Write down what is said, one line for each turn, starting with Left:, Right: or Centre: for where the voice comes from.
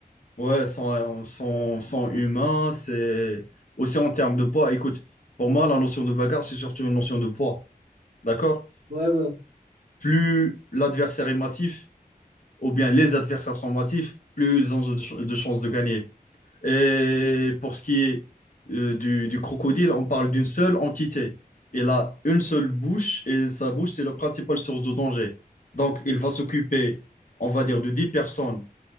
Left: Ouais, sans, sans, sans humain, c'est aussi en termes de poids. Écoute, pour moi, la notion de bagarre, c'est surtout une notion de poids. D'accord?
Right: Ouais, ouais. ouais.
Left: Plus l'adversaire est massif, ou bien les adversaires sont massifs, plus ils ont de, ch- de chances de gagner. Et pour ce qui est euh, du, du crocodile, on parle d'une seule entité. Il a une seule bouche et sa bouche, c'est la principale source de danger. Donc, il va s'occuper, on va dire, de 10 personnes,